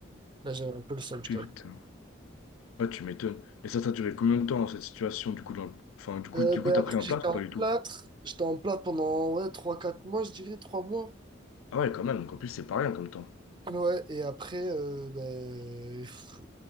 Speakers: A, on the right (about 25°); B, on the left (about 85°).
A: Là, j'avais un peu le seum,
B: Putain.
A: je t'avoue.
B: Ouais, tu m'étonnes. Et ça, ça a duré combien de temps, cette situation, du coup, dans... enfin, du coup,
A: Euh,
B: du
A: ben,
B: coup, t'as
A: après,
B: pris un
A: j'étais
B: plâtre
A: en
B: ou pas
A: plâtre.
B: du tout?
A: J'étais en plâtre pendant ouais, trois quatre mois, je dirais 3 mois.
B: Ah ouais, quand même, donc en plus, c'est pas rien comme temps.
A: Ouais, et après, euh, ben, pff,